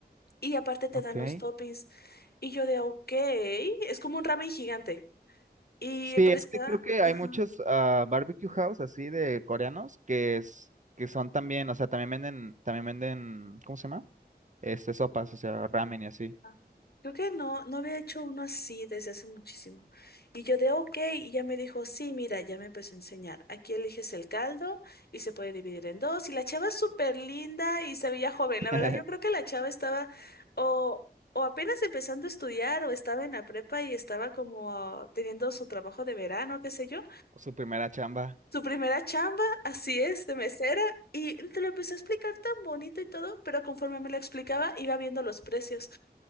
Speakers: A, on the left; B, on the right.
A: y aparte te
B: Ok.
A: dan los toppings. Y yo de, ok, es como un ramen gigante. Y
B: Sí,
A: pero
B: es
A: está...
B: que creo que hay
A: ajá.
B: muchos ah, barbecue house así de coreanos que es que son también, o sea, también venden, también venden, ¿cómo se llama? Este, sopas, o sea, ramen y así.
A: Ah, Creo que no, no había hecho uno así desde hace muchísimo. Y yo de ok, y ya me dijo, sí, mira, ya me empezó a enseñar. Aquí eliges el caldo y se puede dividir en dos. Y la chava es súper linda y se veía joven.
B: <laughs>
A: La verdad, yo creo que la chava estaba o, o apenas empezando a estudiar o estaba en la prepa y estaba como ah, teniendo su trabajo de verano, qué sé yo.
B: Su primera chamba
A: Su primera chamba, así es, de mesera. Y te lo empezó a explicar tan bonito y todo, pero conforme me lo explicaba, iba viendo los precios.